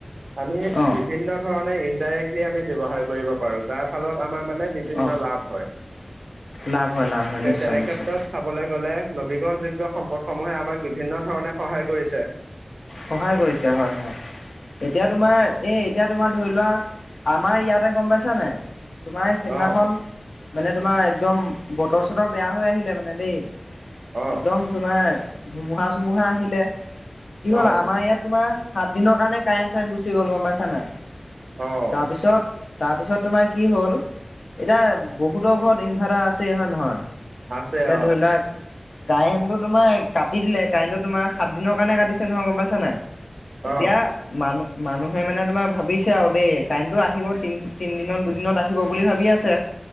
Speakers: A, on the right (about 75°); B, on the left (about 80°).
A: আমি
B: অ
A: বিভিন্ন ধৰণে ইনডাইৰেক্টলি আমি ব্যৱহাৰ কৰিব পাৰোঁ, যাৰ ফলত আমাৰ মানে বিভিন্ন
B: অ
A: লাভ হয়।
B: লাভ হয় লাভ হয়
A: সেই
B: নিশ্চয়
A: তেনে
B: নিশ্চয়
A: কেত্ৰত চাবলৈ গ'লে নবীকৰণ যোগ্য সম্পদসমূহে আমাক বিভিন্ন ধৰণে সহায় কৰিছে।
B: সহায় কৰিছে হয়, হয়। এতিয়া তোমাৰ এ এতিয়া তোমাৰ ধৰি লুৱা, আমাৰ ইয়াতে গম পাইছা নাই? তোমাৰ সেইদিনাখন
A: অ',
B: মানে তোমাৰ একদম বতৰ-চতৰ বেয়া হৈ আহিলে মানে দেই।
A: অ',
B: একদম তোমাৰ ধুমুহা-চুমুহা আহিলে। কি হ'ল
A: অ',
B: আমাৰ ইয়াত তোমাৰ সাত দিনৰ কাৰণে কাৰেণ্ট চাৰেণ্ট গুচি গ'ল গম পাইছা নাই?
A: অ',
B: তাৰপিছত তাৰপিছত তোমাৰ কি হ'ল এতিয়া বহুতৰ ঘৰত ইনভাৰ্টাৰ আছেই হয় নহয়?
A: আছে
B: এতিয়া
A: অ'।
B: ধৰি লোৱা কাৰেণ্টটো তোমাৰ কাটি দিলে, কাৰেণ্টটো তোমাৰ সাত দিনৰ কাৰণে কাটিছে নহয় গম পাইছা নাই? এতিয়া
A: অ',
B: মানুহ মানুহে মানে তোমাৰ ভাবিছে আৰু দেই কাৰেণ্টটো আহিব তি তিনিদিনত দুদিনত আহিব বুলি ভাবি আছে।